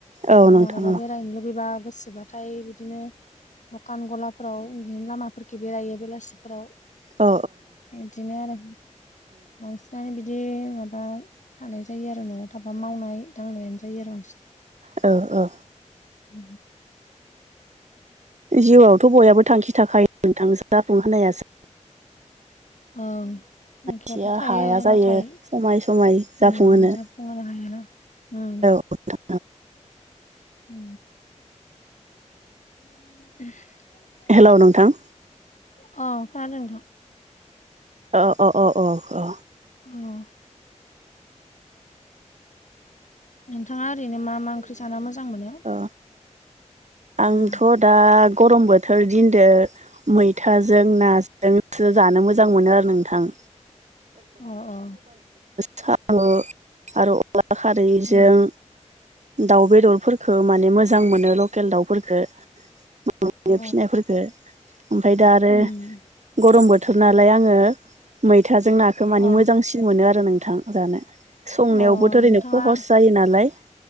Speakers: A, on the right (about 70°); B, on the left (about 75°).
A: औ नोंथां औ
B: आरो माबलाबा
A: नोंथां औ
B: बेरायनो लुुबैबा गोसोबा ओमफ्राय बिदिनो दखान गलाफोराव बिदिनो लामाफोराव बेरायो बेलासिफोराव
A: ओ
B: बिदिनो आरो मा बिनो बिदि माबा थानाय जायो आरो न'आव थाबा मावनाय दांनायानो जायो आरो बांसिन
A: औ औ
B: उ
A: जिउआवथ' बयहाबो थांखि थाखायो नोंथां जाफुंहोनायासो
B: ओं थांखियाथ'
A: मिथिया
B: थायो
A: हाया जायो
B: नाथाय
A: समाय समाय जाफुंहोनो
B: उम जा <unintelligible> उम
A: <unintelligible>
B: उ उ
A: हेलौ नोंथां?
B: अह खोनादों नोंथां।
A: अ अ अ अ अ।
B: अह। नोंथाङा ओरैनो मा मा ओंख्रि जाना मोजां मोनो?
A: अ आंथ'
B: आ
A: दा गरम बोथोर दिनदो मैथाजों ना दोसो जानो मोजां मोनो आरो नोंथां।
B: अ अ।
A: सामु आरो अला खारैजों
B: उम
A: दाउ बेदरफोरखौ माने मोजां मोनो लकेल दाउफोरखौ। <unintelligible>
B: अ
A: ओमफ्राय दा आरो
B: उम
A: गरम बोथोर ना दालाय आङो मैथाजों नाखौ माने
B: अ
A: मोजांसिन मोनो आरो नोंथां जानो, संनायावबोथ'
B: अ
A: ओरैनो
B: नोंथाङा
A: खहस जायो नालाय,